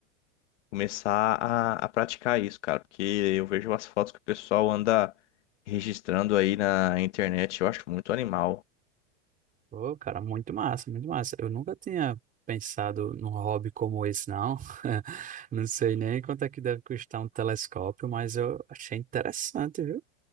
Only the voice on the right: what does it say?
Pô, cara, muito massa, muito massa. Eu nunca tinha pensado num hobby como esse, não. <laughs> Não sei nem quanto é que deve custar um telescópio, mas eu achei interessante, viu?